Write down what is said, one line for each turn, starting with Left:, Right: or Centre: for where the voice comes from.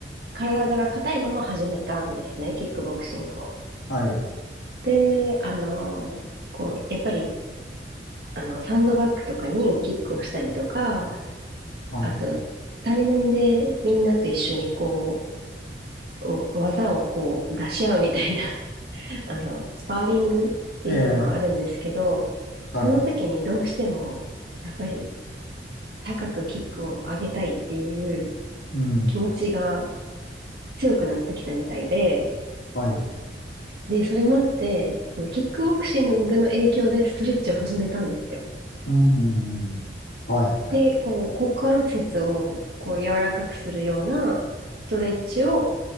Right: 体が硬いまま始めたんですね、キックボクシングを。
Left: はい。
Right: で、あの、こう、やっぱりあの、サンドバッグとかにキックをしたりとか、
Left: はい。
Right: あと、対面でみんなと一緒にこう、お技をこう出し合うみたいな、<laughs> あの、スパーリングっていうのがあるんですけど、
Left: ええ。はい。
Right: その時にどうしても、やっぱり高くキックを上げたいっていう
Left: うん。
Right: 気持ちが強くなってきたみたいで、
Left: はい。
Right: で、それもあって、そのキックボクシングの影響でストレッチを始めたんですよ。
Left: うん。はい。
Right: で、こう、股関節をこう柔らかくするようなストレッチを、